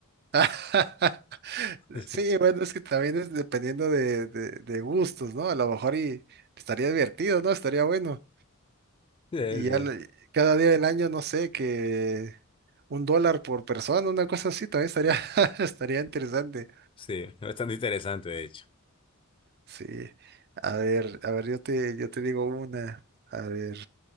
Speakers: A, on the right (about 50°); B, on the left (about 25°).
A: <laughs>
B: <laughs>
A: Sí, bueno, es que también es dependiendo de, de, de gustos, ¿no? A lo mejor y estaría divertido, ¿no? Estaría bueno.
B: Sí,
A: Y
B: sí,
A: ya le- cada día del año, no sé, que un dólar por persona, una cosa así, también estaría, <laughs> estaría interesante.
B: sí, es bastante interesante, de hecho.
A: Sí. A ver, a ver, yo te, yo te digo una. A ver,